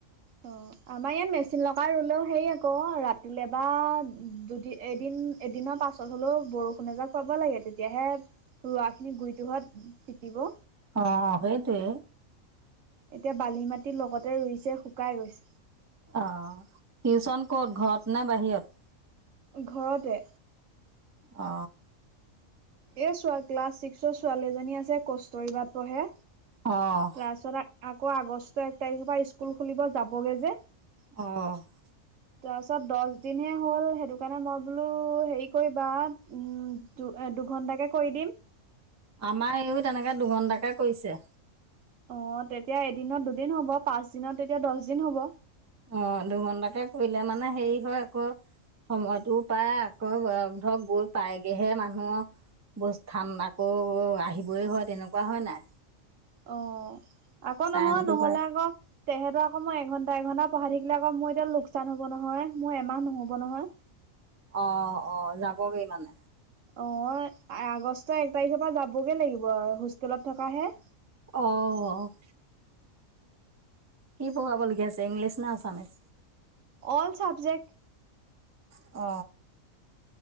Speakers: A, on the right; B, on the right.
A: অ আমাৰ ইয়াত মেচিন লগা ৰুলেও হেৰি আকৌ ৰাত তিলে বা দুদি এদিন এদিনৰ পাছত হ'লেও বৰষুণ এযাক পাব লাগে তেতিয়াহে ৰোৱা খিনি গুৰিটোহত তিতিব।
B: অ অ সেইটোৱে
A: এতিয়া বালি মাটিৰ লগতে ৰুইছে শুকাই গৈছ
B: অ' টিউচন ক'ত ঘৰত নে বাহিৰত।
A: ঘৰতে
B: অ
A: এ চোৱা ক্লাছ ছিক্সৰ ছোৱালী এজনী আছে কষ্টৰিবাট পঢ়ে
B: অ',
A: তাৰপাছত আ আকৌ আগষ্ট এক তাৰিখৰ পৰা স্কুল খুলিব যাবগে যে
B: অ'
A: তাৰ পিছত দশ দিনহে হ'ল সেইটো কাৰণে মই বোলো হেৰি কৰিবা উম দু দুঘণ্টাকে কৰি দিম।
B: আমাৰ এইও তেনেকে দুঘন্টাকে কৰিছে
A: অ তেতিয়া এদিনত দুদিন হ'ব, পাঁচ দিনত তেতিয়া দহ দিন হ'ব
B: অ দুঘণ্টাকে কৰিলে মানে হেৰি হয় আকৌ সময়তটো পায় আকৌ ধৰক গৈ পায়গেহে মানুহ ব ঠান আকৌ আহিবই হয় তেনেকুৱা হয় নাই
A: অ আকৌ
B: টাইমটো
A: নহয় নহ'লে
B: পায়
A: আকৌ তেহেত আক মই এঘন্টা এঘণ্টা পঢ়া থাকিলে আকৌ মোৰ এতিয়া লোকচান হব নহয় মোৰ এমাহ নহ'ব নহয়
B: অ অ যাবগৈ মানে?
A: অ 'আগষ্টৰ এক তাৰিখৰ পৰা যাবগৈ লাগিব আৰু হোষ্টেলত থকাহে।
B: অ' কি পঢ়াবলগীয়া হৈছে ইংলিছ না আছামিছ।
A: অ'ল চাব্জেক্ট
B: অ